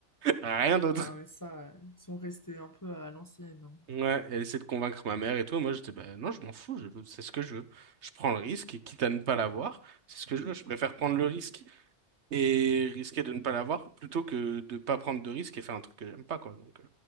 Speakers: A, on the right; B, on the left.
A: Rien d'autre.
B: Ah, mais ça, euh, ils sont restés un peu à l'ancienne. hein.
A: Ouais, elle essaie de convaincre ma mère et tout. et moi, j'étais, bah non, je m'en fous, je- c'est ce que je veux. Je prends le risque, et quitte à ne pas l'avoir, c'est ce que je veux. Je préfère prendre le risque et risquer de ne pas l'avoir plutôt que de pas prendre de risque et faire un truc que j'aime pas, quoi. Donc, euh,